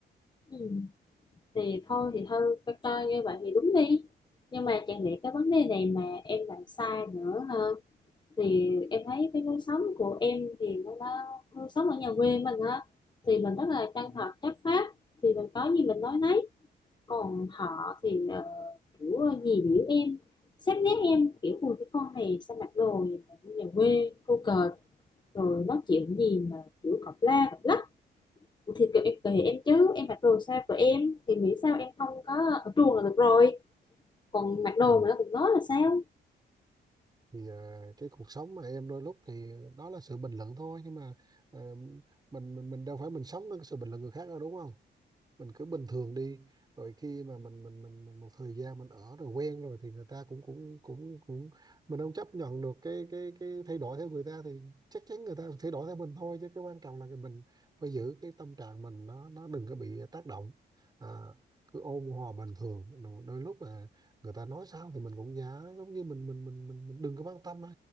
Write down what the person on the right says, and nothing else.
ừ.
Ừ.
thì ờ, cái cuộc sống mà em đôi lúc thì đó là sự bình luận thôi nhưng mà ờ, mình mình mình đâu phải mình sống với cái sự bình luận người khác đâu đúng không mình cứ bình thường đi rồi khi mà mình mình mình, mình một thời gian mình ở rồi quen rồi thì người ta cũng cũng cũng cũng mình không chấp nhận được cái cái cái thay đổi theo người ta thì chắc chắn người ta thay đổi theo mình thôi chứ cái quan trọng là cái mình phải giữ cái tâm trạng mình nó nó đừng có bị tác động à, cứ ôn hòa bình thường đôi, đôi lúc là người ta nói sao thì mình cũng giả giống như mình mình mình mình, mình đừng có quan tâm thôi